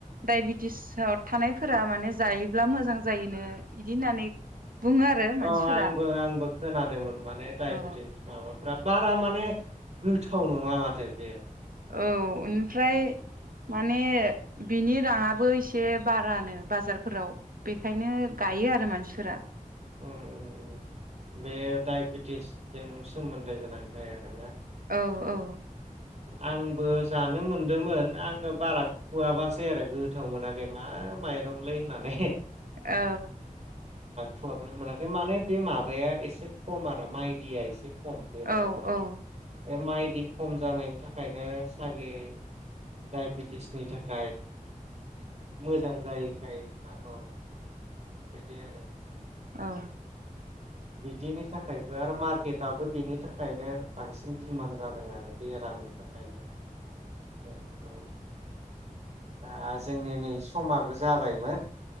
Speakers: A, on the right; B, on the right.
A: डायबेटिसआव थानायफोरा माने जायोब्ला मोजां जायोनो इदि होननानै। बुङो आरो मानसिफोरा
B: अ आंबो आंबो खोनादोंमोन माने दडायबेटिस
A: औ
B: माबा फ्रा बारा माने गोथाव नङा माथो बेयो।
A: औ ओमफ्राय माने बिनि राङाबो एसे बारानो बाजारफोराव बेखायनो गायो आरो मानसिफोरा।
B: औ औ‌ औ बे डाइबेटिसजों सोमोन्दो गोनांखाय आरोना।
A: औ औ।
B: आंबो जानो मोनदोंमोन आङो बारा खुवाबासै आरो गोथाव मोनाखै मा माइरंलै होननानै।
A: औ।
B: फुहाबनाय मोनाखै माने बे माबाया एसे खम आरो माइदिया एसे। खम बे माइरंआ
A: औ औ
B: बे माय दि खम जानायनि थाखायनो सागे डाइबेटिसनि थाखाय। मोजां जायैखाय। <unintelligible> बिदि आरो।
A: औ।
B: बिदिनि थाखायबो आरो मार्केटआबो बेनि थाखायनो बांसिन दिमान्ड जादों आरो। बेरामनि थाखायनो औ औ। दा जोंनि नै समाबो जाबायमोन।